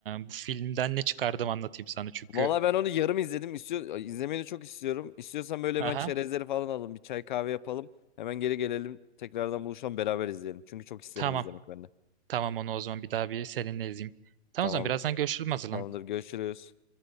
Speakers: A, on the right; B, on the left.
A: bu filmden ne çıkardım anlatayım sana çünkü.
B: Valla ben onu yarım izledim. İstiyor, izlemeyi de çok istiyorum. İstiyorsan böyle hemen
A: Aha.
B: çerezleri falan alalım. Bir çay kahve yapalım. Hemen geri gelelim. Tekrardan buluşalım beraber izleyelim. Çünkü çok isterim
A: Tamam.
B: izlemek ben de.
A: Tamam onu o zaman bir daha bir seninle izleyeyim. Tamam
B: Tamamdır.
A: o zaman birazdan görüşürüz hazırlan.
B: Tamamdır. Görüşürüz.